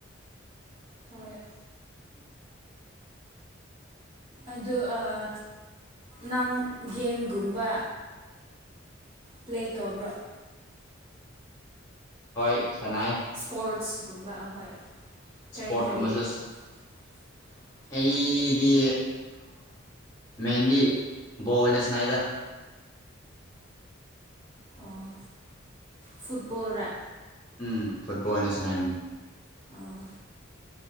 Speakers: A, on the right (about 25°); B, on the left (about 15°).
A: ꯍꯣꯏ ꯑꯗꯨ ꯑꯥ ꯅꯪ ꯒꯦꯝꯒꯨꯝꯕ ꯄ꯭ꯂꯦ ꯇꯧꯕ꯭ꯔꯣ ꯎꯝ
B: ꯍꯣꯏ ꯁꯥꯟꯅꯩ
A: ꯏꯁꯄꯣꯔꯠꯁꯒꯨꯝꯕ ꯑꯍꯣꯏ
B: ꯏꯁ꯭ꯄꯣꯠꯒ
A: ꯀꯔꯤ ꯀꯔꯤ
B: ꯃꯁꯦꯁ
A: <unintelligible>
B: ꯑꯩꯗꯤ ꯃꯍꯗꯤ ꯣꯅ ꯁꯅꯥꯏꯗ
A: ꯑꯣ ꯐꯨꯠꯕꯜ ꯔ
B: ꯎꯝ ꯐꯨꯠꯕꯣꯜ ꯑꯣꯏꯅ ꯁꯅꯏꯝ
A: ꯑꯣ